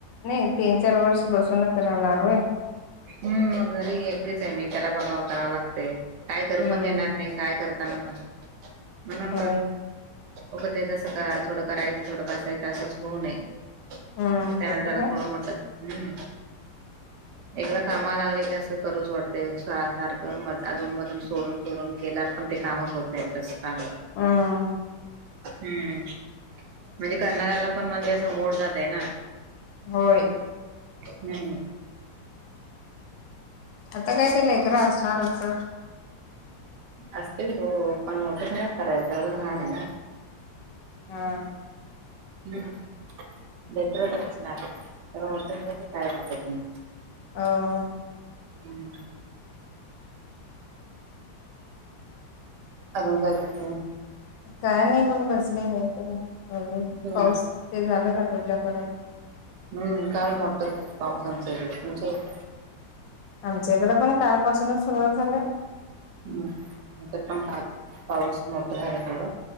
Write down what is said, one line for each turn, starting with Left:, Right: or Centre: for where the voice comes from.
Left: नाही तीन चार वर्ष बसूनच राहणारय <unintelligible>
Right: हम् घरी एकटच आहे मी त्याला बघावं कराव लागतय. काय करू
Left: हम्म
Right: पण देणार नाही. काय करताना पण म्हणून
Left: होय
Right: होगं ते तसं करा थोडं करायचं थोडं बसायचं असंच होऊ नये-
Left: हम्म
Right: त्यान
Left: ते
Right: जरा
Left: तर आहे
Right: थोडं मोठ हम्म. एकदा कामाला लागले की असं करूच वाटते सारख. म अधून मधून सोडून सोडून केल्यावर पण ते काम होत नाहीत तस चांगलं.
Left: हम्म
Right: हम्म म्हणजे करणाऱ्याला पण म्हणजे असं मोड जाते ना.
Left: होय.
Right: हम्म.
Left: आता काय तेलंय गरा असणारारच.
Right: असतील हो पण मोठे मोठ्या करायचं अजून लहानयेना.
Left: हा.
Right: हम् बटरत असणार. त्या काय वातत नाही <inaudible>
Left: ह.
Right: हम्म. अून काय‌ करते.
Left: काय नाही बघ बसले मी तला
Right: हम्म
Left: पाऊस ते झालं का तुझ्याकड
Right: हम् काल मोठं झालं पावसाांच इकडे तुमच्या इकडे
Left: आमच्या इकडे पण काळपासूनच सुरुवात झालं.
Right: हम् आच्यात पण पा पाऊस मोठा झाला थोड